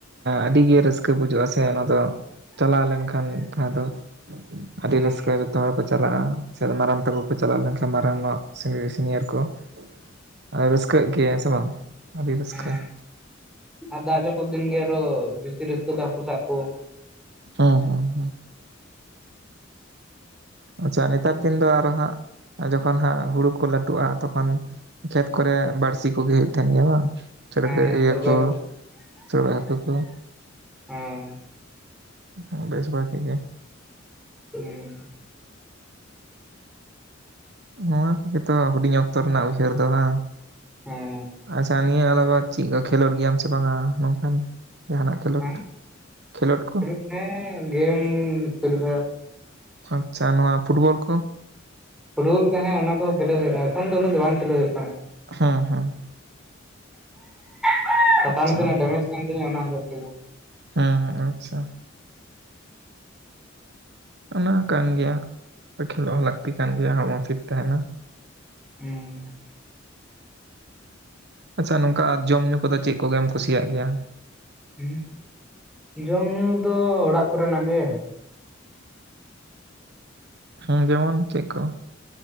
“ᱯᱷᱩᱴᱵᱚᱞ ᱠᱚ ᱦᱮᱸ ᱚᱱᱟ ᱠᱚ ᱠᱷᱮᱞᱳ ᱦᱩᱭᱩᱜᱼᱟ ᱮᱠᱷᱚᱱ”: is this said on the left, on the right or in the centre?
Centre